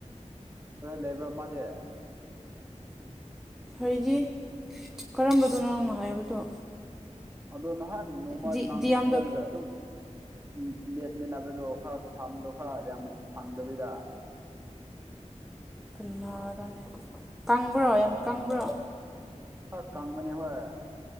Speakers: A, on the right; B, in the centre.
A: ꯀꯗꯥꯏ ꯂꯩꯕ꯭ꯔ ꯃꯥꯗꯤ꯫
B: ꯍꯥꯏꯗꯤ ꯀꯔꯝꯕꯗꯅꯣ ꯅꯪꯅ ꯍꯥꯏꯕꯗꯣ?
A: ꯑꯗꯣ ꯅꯍꯥꯟ ꯅꯣꯡꯃ
B: ꯗꯤ
A: ꯅꯪ
B: ꯗꯤ ꯑꯦꯝꯗ
A: ꯅꯣꯏꯗ ꯑꯗꯨꯝ ꯎꯝ ꯂꯦꯞꯃꯤꯟꯅꯕꯗꯣ ꯈꯔ ꯁꯝꯗꯣ ꯈꯔ ꯌꯥꯝ ꯁꯪꯗꯕꯤꯗ꯫
B: ꯀꯟꯅꯔꯅꯦ ꯀꯪꯕ꯭ꯔꯣ ꯌꯥꯝ ꯀꯪꯕ꯭ꯔꯣ?
A: ꯈꯔ ꯀꯪꯕꯅꯦꯕ ꯍꯣꯏ